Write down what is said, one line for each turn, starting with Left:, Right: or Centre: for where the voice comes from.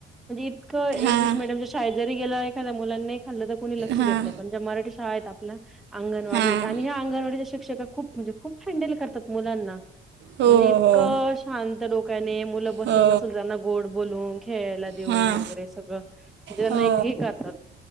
Centre: म्हणजे इतकं इंग्लिश
Right: हां
Centre: मिडीयमच्या शाळेत जरी गेल एखाद्या मुलांनी खाल्लं तर कोणी लक्ष
Right: हां
Centre: देत नाही पण ज्या मराठी शाळा आहेत आपल्या अंगणवाडीयत
Right: हां
Centre: आणि ह्या अंगणवाडीच्या शिक्षका खूप म्हणजे खूप हँडल करतात मुलांना.
Right: हो
Centre: म्हणजे इतकं
Right: हो
Centre: शांत डोक्याने मुलं बसत
Right: हो
Centre: नसल त्यांना गोड बोलून, खेळायला देऊन
Right: हां
Centre: वगैरे सगळं ज्यांना
Right: हो
Centre: एक हे करतात.